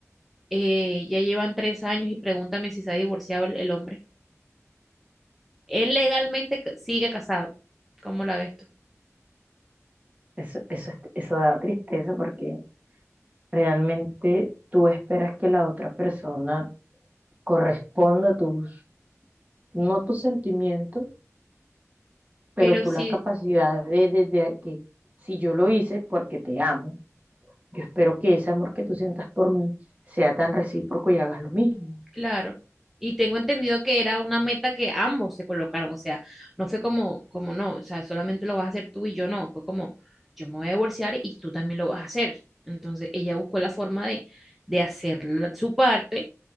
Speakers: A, in the centre; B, on the right.
A: eh, ya llevan tres años y pregúntame si se ha divorciado el, el hombre. Él legalmente ca- sigue casado, ¿cómo la ves tú?
B: Eso, eso, es- eso da tristeza porque realmente tú esperas que la otra persona corresponda a tus, no tus sentimientos, pero
A: Pero
B: tú
A: sí,
B: la capacidad de, de, de que si yo lo hice porque te amo, yo espero que ese amor que tú sientas por mí sea tan recíproco y hagas lo mismo.
A: Claro. Y tengo entendido que era una meta que ambos se colocaron, o sea, no fue como, como no, o sea, solamente lo vas a hacer tú y yo no, fue como, yo me voy a divorciar y tú también lo vas a hacer. Entonces ella buscó la forma de, de hacer la- su parte